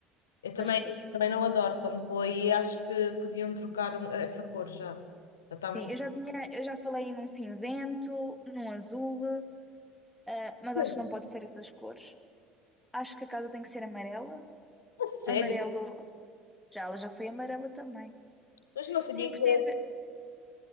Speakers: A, on the left; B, in the centre.
A: Eu
B: Mas
A: também,
B: pronto.
A: também não adoro quando vou aí, acho que podiam trocar um- essa cor já. Já está muito.
B: Sim, eu já tinha, eu já falei num cinzento, num azul, eh, mas
A: Eu,
B: acho que não pode ser essas cores. Acho que a casa tem que ser amarela.
A: a sério?
B: Amarelo, já ela já foi amarela também.
A: Mas eu não sabia
B: Sim, porque
A: que,
B: tem a ver,